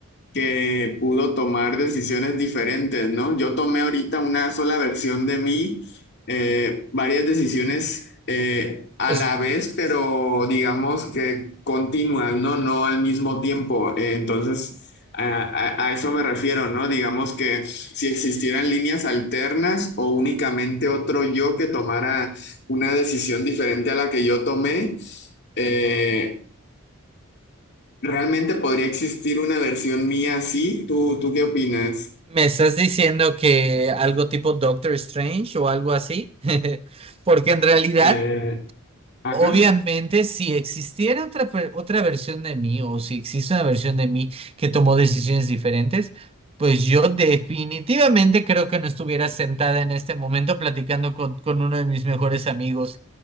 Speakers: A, on the left; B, on the right.
A: que pudo tomar decisiones diferentes, ¿no? Yo tomé ahorita una sola versión de mí, eh, varias decisiones eh, a
B: Us-
A: la vez, pero digamos que continuas, ¿no? No al mismo tiempo. Eh, entonces, a, a- a eso me refiero, ¿no? Digamos que si existieran líneas alternas o únicamente otro yo que tomara una decisión diferente a la que yo tomé, eh, Realmente podría existir una versión mía así. ¿Tú, tú qué opinas?
B: ¿Me estás diciendo que algo tipo Doctor Strange o algo así? <laughs> Porque en realidad,
A: Eh, ajá.
B: obviamente, si existiera otra, per- otra versión de mí o si existe una versión de mí que tomó decisiones diferentes, pues yo definitivamente creo que no estuviera sentada en este momento platicando con, con uno de mis mejores amigos.